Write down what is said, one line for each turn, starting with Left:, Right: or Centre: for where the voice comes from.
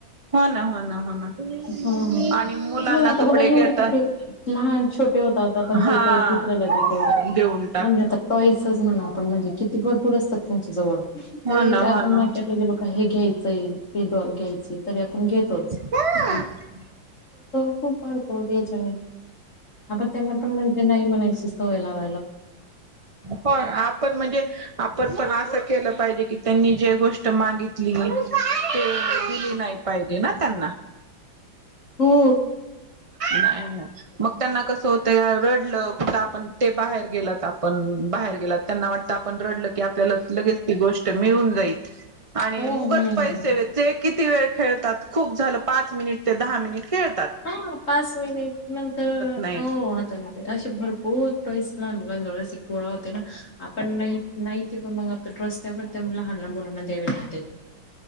Right: न हो ना हो ना...
Left: हा
Right: आणि मुलांना
Left: तेच मगं आता
Right: कपडे
Left: बघा एवढे
Right: घेतात
Left: कपडे लहान छोटे होतात, आपण
Right: हा
Left: ते परत दुसऱ्याला देतो,
Right: देऊन टाक
Left: म्हणजे आता टॉईसच म्हणावं. आपण म्हणजे. किती भरपूर असतात तुमच्या जवळ
Right: हो
Left: तरी
Right: ना
Left: आपण
Right: हो ना
Left: मार्केटला गेलो का हे घ्यायचं. ती डॉल घ्यायची तरी आपण घेतोचं.
Right: हो
Left: खूप रडतो त्याच्याने आपण त्यांना पण म्हणजे नाही म्हणायची सोय. होय लावतो.
Right: होय आपण म्हणजे... आपण पण असं केलं पाहिजे की त्यांनी जी गोष्ट मागितली, ती दिली नाही पाहिजे ना त्यांना...
Left: हो.
Right: नाही नाही. मग त्यांना कसं होतं, रडलं कुठं आपण ते बाहेर गेलात, आपण बाहेर गेलात, त्यांना वाटत- रडलं की आपल्याला लगेच ती गोष्ट मिळून जाईल आणि
Left: हो
Right: उगाच
Left: मिळून
Right: पैसे
Left: जाईल
Right: द्यायचे किती वेळ खेळतात. खूप झालं. पाच मिनिट ते दहा मिनिटं खेळ.
Left: हा पाच मिनिट नंतर,
Right: नाहीत
Left: हो आता असे भरपूर टाॅईस लहान मुलांजवळ आशी गोळा होतात. ना आपण नाही नाही <unintelligible> मग. रस्त्यावर त्या लहान लहान मुलांना द्यावे लागते.